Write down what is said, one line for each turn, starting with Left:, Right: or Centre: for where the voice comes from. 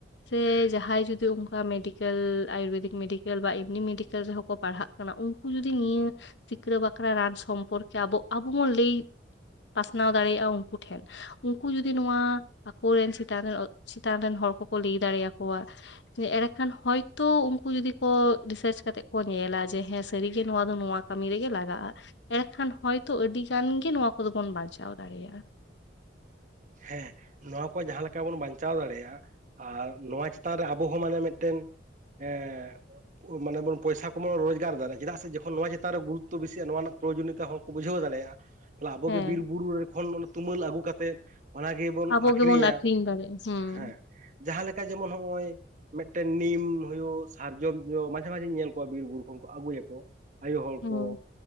Left: ᱥᱮ ᱡᱟᱦᱟᱸᱭ ᱡᱩᱫᱤ ᱚᱱᱠᱟ ᱢᱮᱰᱤᱠᱮᱞ ᱟᱭᱩᱨᱵᱮᱫᱤᱠ ᱢᱮᱰᱤᱠᱮᱞ ᱵᱟ ᱮᱢᱱᱤ ᱢᱤᱰᱤᱠᱮᱞ ᱨᱮᱦᱚᱸ ᱠᱚ ᱯᱟᱲᱦᱟᱜ ᱠᱟᱱᱟ ᱩᱝᱠᱩ ᱡᱩᱫᱤ ᱱᱤᱭᱟᱹ ᱥᱤᱠᱲᱟᱹ ᱵᱟᱠᱨᱟ ᱨᱟᱡ ᱥᱚᱢᱯᱚᱨᱠᱮ ᱟᱫᱚ, ᱟᱵᱚ ᱵᱚᱱ ᱞᱟᱹᱭ ᱯᱟᱥᱱᱟᱣ ᱫᱟᱲᱮᱭᱟᱜᱼᱟ ᱩᱝᱠᱩ ᱴᱷᱮᱱ, ᱩᱝᱠᱩ ᱡᱩᱫᱤ ᱱᱩᱣᱟ ᱠᱳᱨᱮᱱ ᱪᱮᱛᱟᱱ ᱨᱮᱱ, ᱪᱮᱛᱟᱱ ᱨᱮᱱ ᱦᱚᱲ ᱠᱚ ᱠᱳᱞᱮᱭ ᱫᱟᱲᱮᱭᱟᱠᱳᱣᱟ᱾ ᱮᱸᱲᱮᱠᱷᱟᱱ ᱦᱚᱭᱛᱚ ᱩᱝᱠᱩ ᱡᱩᱫᱤ ᱠᱚ ᱨᱤᱥᱟᱹᱨᱪ ᱠᱟᱛᱮᱜ ᱠᱚ ᱧᱮᱞᱟ ᱡᱮ ᱦᱮᱸ ᱥᱟᱹᱨᱤᱜᱮ ᱱᱩᱣᱟ ᱫᱚ ᱱᱩᱣᱟ ᱠᱟᱹᱢᱤ ᱨᱮᱜᱮ ᱞᱟᱜᱟᱜ-ᱟ, ᱮᱲᱮᱠᱷᱟᱱ ᱦᱚᱭᱛᱳ ᱟᱹᱰᱤ ᱜᱟᱱ ᱜᱮ ᱱᱚᱣᱟ ᱠᱚᱫᱚ ᱵᱚᱱ ᱵᱟᱧᱪᱟᱣ ᱫᱟᱲᱮᱭᱟᱜ-ᱟ᱾
Right: ᱦᱮᱸ ᱱᱚᱶᱟ ᱠᱚ ᱡᱟᱦᱟᱸ ᱞᱮᱠᱟ ᱵᱚᱱ ᱵᱟᱧᱪᱟᱣ ᱫᱟᱲᱮᱭᱟᱜ-ᱟ, ᱟᱨ ᱱᱚᱶᱟ ᱪᱮᱛᱟᱱ ᱨᱮ ᱟᱵᱚ ᱦᱚᱸ ᱢᱟᱱᱮ ᱢᱤᱫᱴᱮᱱ ᱮᱻ ᱚ ᱢᱟᱱᱮ ᱵᱚᱱ ᱯᱚᱭᱥᱟ ᱠᱚᱵᱚᱱ ᱨᱳᱡᱽᱜᱟᱨ ᱫᱟᱨᱮᱜ-ᱟ ᱪᱤᱫᱟᱜ ᱥᱮ ᱡᱚᱼᱼ ᱠᱚ ᱱᱚᱶᱟ ᱪᱮᱛᱟᱱ ᱨᱮ ᱜᱩᱨᱩᱛᱚ ᱵᱤᱥᱤᱜ-ᱟ ᱱᱚᱣᱟ ᱨᱮᱱᱟᱜ ᱯᱨᱚᱭᱳᱚᱡᱚᱱ ᱱᱤᱛᱟ ᱦᱚᱲ ᱠᱚ ᱵᱩᱡᱷᱟᱹᱣ ᱫᱟᱲᱮᱭᱟᱜ-ᱟ ᱛᱟᱞᱦᱮ ᱟᱵᱚ
Left: ᱦᱮᱸ
Right: ᱜᱮ ᱵᱤᱨ ᱵᱩᱨᱩ ᱨᱮ ᱠᱷᱚᱱ ᱵᱚᱱᱼᱼ ᱛᱩᱢᱟᱹᱞ ᱟᱜᱩ ᱠᱟᱛᱮᱫ ᱚᱱᱟ ᱜᱮ ᱵᱚᱱ
Left: ᱟᱵᱚ
Right: ᱟᱠᱷᱨᱤᱧᱟ,
Left: ᱜᱮᱵᱚᱱ ᱟᱠᱷᱨᱤᱧ ᱫᱟᱲᱮᱭᱟᱜᱼᱟ ᱦᱩᱸ
Right: ᱦᱮᱸ ᱡᱟᱦᱟᱸ ᱞᱮᱠᱟ ᱡᱮᱢᱚᱱ ᱱᱚᱜ-ᱚᱭ, ᱢᱤᱫᱴᱮᱱ ᱱᱤᱢ ᱦᱩᱭᱩᱜ ᱥᱟᱨᱡᱚᱢ ᱡᱚ ᱢᱟᱡᱷᱮ ᱢᱟᱡᱷᱮ ᱧᱮᱞ ᱠᱩᱣᱟ ᱵᱤᱨᱼᱵᱩᱨᱩ ᱠᱷᱚᱱ ᱠᱚ ᱟᱜᱩᱭᱟ ᱠᱚ᱾ ᱟᱭᱳ ᱦᱚᱲ
Left: ᱦᱩᱸ
Right: ᱠᱚ,